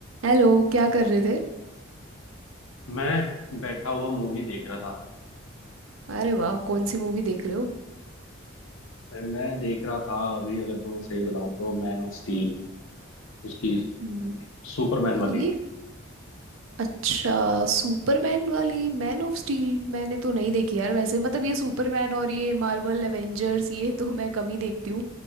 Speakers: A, on the right; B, on the left.
A: Hello क्या कर रहे थे
B: मैं बैठा हुआ मूवी देख रहा था
A: अरे वाह कौन सी मूवी देख रहे हो
B: मैं देख रहा था अभी अगर तुम्हें सही बताऊं तो मैन ऑफ स्टील उसकी
A: हम्म,
B: सुपरमैन
A: ये
B: वाली
A: अच्छा सुपरमैन वाली मैन ऑफ स्टील मैंने तो नहीं देखी यार वैसे मतलब ये सुपरमैन और ये मार्वल एवेंजर्स ये तो मैं कम ही देखती हूँ